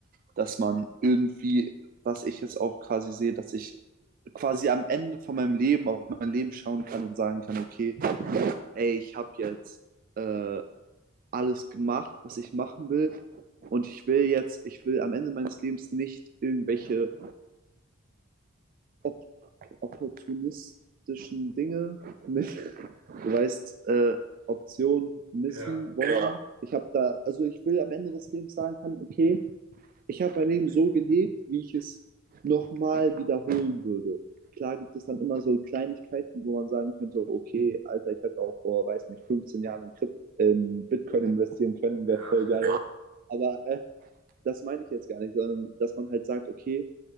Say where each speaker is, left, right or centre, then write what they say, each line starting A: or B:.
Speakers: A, on the right; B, on the right.
A: dass man irgendwie, was ich jetzt auch quasi sehe, dass ich quasi am Ende von meinem Leben auf mein Leben schauen kann und sagen kann, okay, ey, ich habe jetzt äh, alles gemacht, was ich machen will. Und ich will jetzt, ich will am Ende meines Lebens nicht irgendwelche op opportunistischen Dinge mit, <laughs> du weißt, äh, Option missen
B: Ja,
A: wollen. Ja. Ich habe da, also ich will am Ende des Lebens sagen kann, okay, ich habe mein Leben so gelebt, wie ich es nochmal wiederholen würde. Klar gibt es dann immer so Kleinigkeiten, wo man sagen könnte, okay, Alter, ich hätte auch vor, weiß nicht, 15 Jahren in Krypt, ähm, Bitcoin investieren können,
B: ja.
A: wäre voll geil.
B: <laughs>
A: Aber äh, das meine ich jetzt gar nicht, sondern dass man halt sagt, okay,